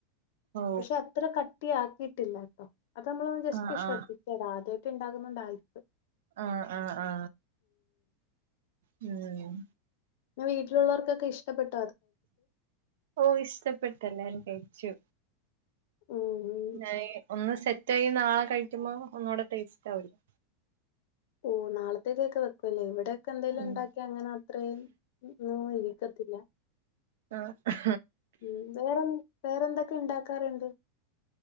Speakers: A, on the right (about 75°); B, on the left (about 65°).
A: ഓ
B: പക്ഷെ അത്ര കട്ടിയാക്കിയിട്ടില്ലട്ടോ അത് നമ്മള് ഒന്ന് ജസ്റ്റ്
A: ആഹ്
B: ശ്രദ്ധിക്കണം
A: ആഹ്
B: ആദ്യമായിട്ട് ഇണ്ട <unintelligible>
A: ആ ആ ആ ഉം
B: പിന്നെ വീട്ടിലുള്ളവർക്കൊക്കെ ഇഷ്ടപ്പെട്ട്
A: ഓ ഇഷ്ടപ്പെട്ട് എല്ലാരും കഴിച്ചു
B: ഉം ഉം
A: ഞാൻ ഒന്ന് സെറ്റായി നാളെ കഴിക്കുമ്പോ ഒന്നുകൂടെ ടേസ്റ്റ് ആവുല്ലോ
B: ഓ നാളത്തേക്ക് ഒക്കെ വെക്കുവല്ലേ ഇവിടെ ക്ക എന്തേലും
A: ഉം
B: ഉണ്ടാക്കി അങ്ങനെ അത്രയും ഒന്നും ഇരിക്കത്തില്ല
A: ആ ആ
B: ഉം വേറെ വേറെന്തൊക്കെ ഇണ്ടാക്കാറുണ്ട്